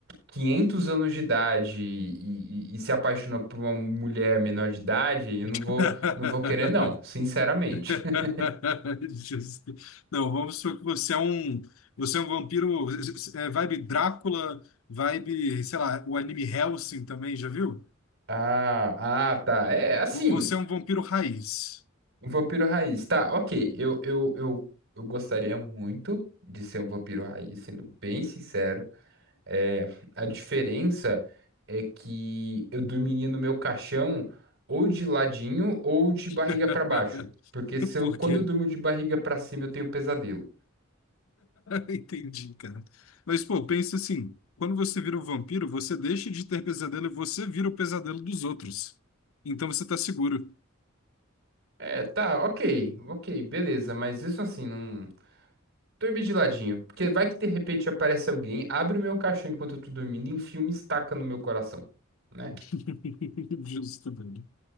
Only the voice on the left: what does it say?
<laughs>
<laughs>
Justo. Não, vamos supor que você é um, você é um vampiro, é, vibe Drácula, vibe, sei lá, o anime Hellsing também, já viu?
Vo- Você é um vampiro raiz.
<laughs>
Por
quê?
<laughs> Entendi, cara. Mas, pô, pensa assim, quando você vira um vampiro, você deixa de ter pesadelo e você vira o pesadelo dos outros. Então você tá seguro.
<laughs> Justo, velho.